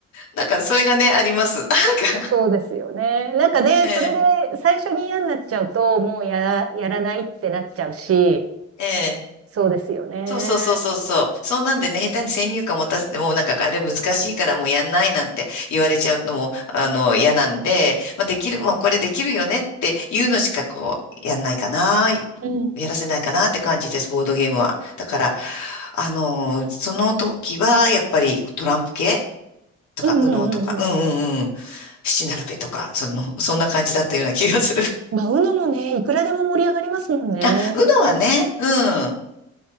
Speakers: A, on the left; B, on the right.
A: なんか、それがね、あります。<laughs> なんか、
B: そうですよね。なんかね、
A: ええ、
B: それで最初に嫌になっちゃうと、もうやら、やらないってなっちゃうし、
A: ええ。
B: そうですよね。
A: そうそうそうそうそう。そうなんでね、下手に先入観持たせても、なんかあれ難しいからもうやんないなんて言われちゃうのも、あの、嫌なんで、まあ、できる、もうこれできるよねっていうのしかこう、やんないかな、
B: うん。
A: やらせないかなって感じです、ボードゲームは。だから、あの、その時はやっぱりトランプ系とか、
B: うんうんうんうん。
A: 右脳とか、うんうんうん、七並べとか、その、そんな感じだったような気がする。
B: まあ、u n もね、いくらでも盛り上がりますもんね。
A: <laughs> あ、UNO はね、うん。